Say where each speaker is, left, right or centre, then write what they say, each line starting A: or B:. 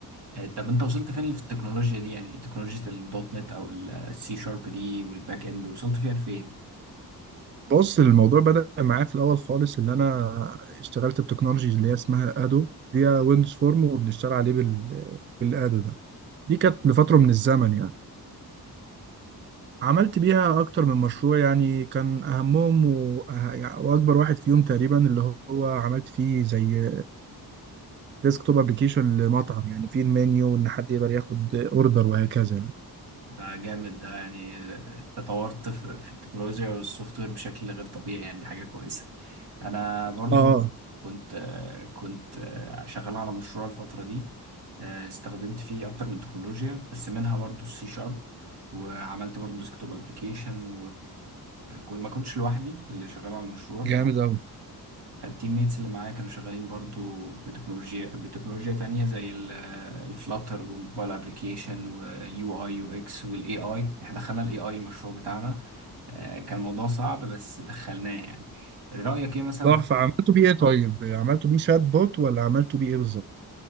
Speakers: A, on the right (about 75°); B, on the right (about 30°).
A: آه، طب أنت وصلت فين في التكنولوجيا دي يعني تكنولوجيا الدوت نت أو السي شارب دي والباك إند وصلت فيها لفين؟
B: بص الموضوع بدأ معايا في الأول خالص إن أنا اشتغلت بتكنولوجي اللي هي اسمها أدو دي ويندوز فورم وبنشتغل عليه بال بالأدو ده دي كانت لفترة من الزمن يعني عملت بيها أكتر من مشروع يعني كان أهمهم و... أه- يعني- وأكبر واحد فيهم تقريبا اللي هو عملت فيه زي ديسكتوب أبلكيشن لمطعم يعني فيه المنيو إن حد يقدر ياخد أوردر وهكذا يعني
A: ده جامد ده يعني آه، تطورت في في التكنولوجيا والسوفت وير بشكل غير طبيعي يعني دي حاجة كويسة انا برضو
B: آه آه،
A: كنت كنت شغال على مشروع الفتره دي آه، استخدمت فيه اكتر من تكنولوجيا بس منها برضو السي شارب وعملت برضو ديسكتوب ابلكيشن وما كنتش لوحدي اللي شغال على المشروع ف
B: جامد أوي
A: فالتيم ميتس اللي معايا كانوا شغالين برضو بتكنولوجيا بتكنولوجيا تانية زي الفلاتر والموبايل ابلكيشن واليو اي يو اكس والاي اي احنا دخلنا الاي اي المشروع بتاعنا آه، كان الموضوع صعب بس دخلناه يعني رأيك ايه مثلا
B: تحفة عملته بيه إيه طيب؟ عملته بيه شات بوت ولا عملته بيه إيه بالظبط؟